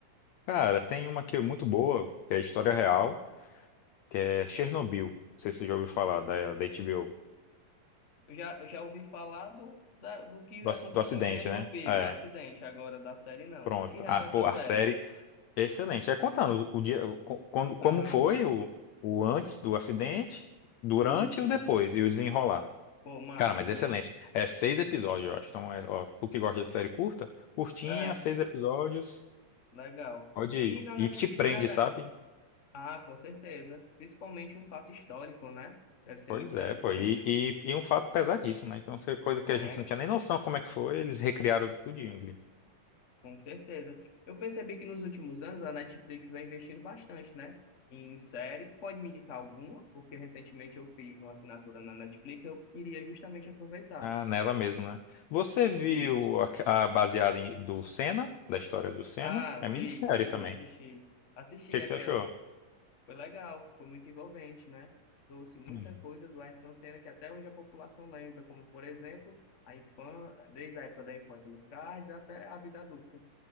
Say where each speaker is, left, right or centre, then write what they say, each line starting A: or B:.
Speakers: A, on the left; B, on the left.
A: Cara, tem uma que é muito boa, que é história real, que é Chernobyl. Não sei se você já ouviu falar da, da HBO.
B: Eu já, eu já ouvi falar do, da- do que
A: Do,
B: aconteceu
A: ac- do acidente,
B: em Chernobyl,
A: né? É,
B: do acidente agora da série, não.
A: pronto.
B: O que retrata
A: A, pô,
B: a série?
A: a série é excelente. É contando o, o dia, o- co- quando, como
B: Aham,
A: foi o, o antes do acidente, durante
B: Sim, sim.
A: e o depois, e o desenrolar.
B: Pô, massa,
A: Cara, mas
B: viu?
A: é excelente. É seis episódios, eu acho. Então, é, ó, tu que gosta de série curta, curtinha,
B: É,
A: seis episódios,
B: legal.
A: pode ir.
B: E na, net,
A: E te prende,
B: e na net...
A: sabe?
B: Ah, com certeza. Principalmente um fato histórico, né? Deve ser
A: Pois
B: muito interessante.
A: é, pô. E, e, e um fato pesadíssimo, né? Então, essa coisa que
B: É,
A: a gente não tinha nem noção como é que foi, eles recriaram tudinho ali.
B: com certeza. Eu percebi que nos últimos anos a Netflix vem investindo bastante, né? Em série, tu pode me indicar alguma? Porque recentemente eu fiz uma assinatura na Netflix, eu queria justamente aproveitar.
A: Ah, nela mesmo, né? Você viu
B: Isso.
A: a, a baseada em, do Senna, da história do Senna?
B: Ah,
A: É
B: vi,
A: minissérie
B: sim,
A: também.
B: assisti.
A: O
B: Assisti
A: que,
B: aquela.
A: que você achou?
B: Foi legal, foi muito envolvente, né? Trouxe muita
A: Hum.
B: coisa do Ayrton Senna que até hoje a população lembra, como, por exemplo, a infância, desde a época da infância nos cards até a vida adulta.